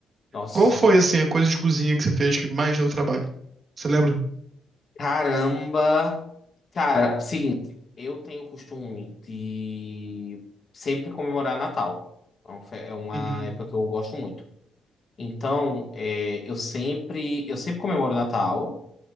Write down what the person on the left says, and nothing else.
Nossa.
Caramba. Cara, seguinte, eu tenho o costume de sempre comemorar Natal. É um fe- é uma
época que eu gosto muito. Então, é, eu sempre, eu sempre comemoro Natal